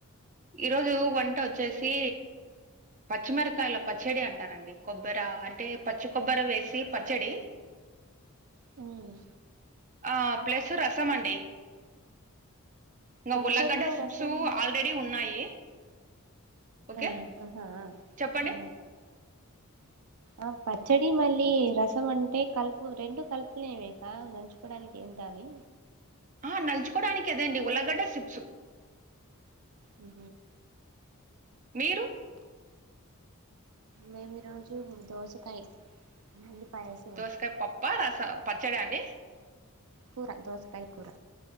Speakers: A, on the right; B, on the right.
A: ఈ రోజు వంట వచ్చేసి పచ్చిమిరకాయల పచ్చడి అంటారండి. కొబ్బెర అంటే పచ్చి కొబ్బెర వేసి పచ్చడి
B: మ్మ్
A: ఆ ప్లస్ రసమండి. ఇంక
B: పచ్చడిలో
A: ఉల్లగడ్డ చిప్స్
B: రసం
A: ఆల్రెడీ ఉన్నాయి. ఓకే
B: మ్ అహా
A: చెప్పండి
B: ఆ ఆ పచ్చడి మళ్ళీ రసం అంటే కలుపు రెండు కలుపుకునేవేగా నంచుకోడానికి ఏంట అని
A: ఆ నలుచుకోడానికి అదండి ఉల్లగడ్డ చిప్స్
B: మ్
A: మీరు
B: మేము ఈరోజు దోసకాయి మల్లీ పాయస
A: దోసకాయ పప్ప రస పచ్చడ అండి?
B: కూర దోసకాయ కూర